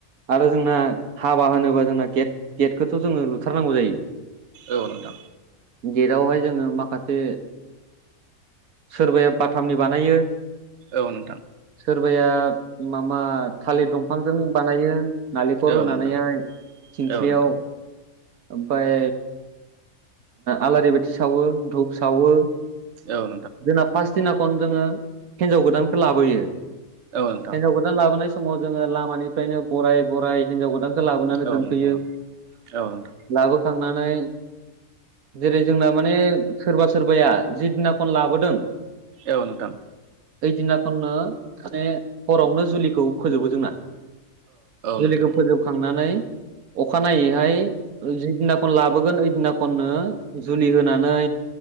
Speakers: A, on the right; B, on the right.
A: आरो जोंना हाबा होनोबा जोंना गे गेटखौथ जोङो लुथारनांगौ जायो।
B: औ नोंथां
A: गेटआवहाय जोङो माखासे सोरबाया बाथामनि बानायो
B: औ नोंथां
A: सोरबाया माबा थालिर दंफांजों बानायो नालेंखल
B: औ
A: होनानैहाय
B: नोंथां
A: थिंखलियाव
B: औ नोंथां
A: ओमफाय आलारि बाथि सावो धुप सावो।
B: औ नोंथां औ
A: जोंना पास दिना खन जोङो हिनजाव गोदानखौ लाबोयो। हिनजाव
B: नोंथां
A: गोदान लाबोनाय समाव जोङो लामानिफ्रायनो बराय बराय हिनजाव गोदान लाबोनानै
B: औ
A: दोनफैयो
B: नोंथां औ नोंथां औ नोंथां औ नोंथां औ नोंथां औ नोंथां
A: लाबोखांनानै जेरै जोंना माने सोरबा सोरबाया जि दिना खन लाबोदों।
B: औ नोंथां।
A: ओइदिनाखननो माने हरावनो जुलिखौ फोजोबो जोंना। जुलिखौ
B: नोंथां
A: फोजोबखांनानै। अखानायनायैहाय जि दिनाखौ लाबोगोन ओइ दिना। खननो जुलि होनानै